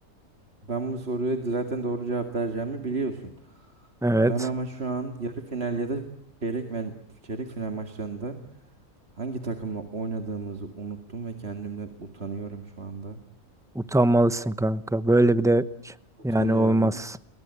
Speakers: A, on the right; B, in the centre.
A: Ben bu soruya zaten doğru cevap vereceğimi biliyorsun.
B: Evet.
A: Ben ama şu an yarı final ya da çeyrek, mel- çeyrek final maçlarında hangi takımla oynadığımızı unuttum ve kendimden utanıyorum şu anda.
B: Utanmalısın kanka. Böyle bir de
A: Utanıyorum.
B: yani olmaz.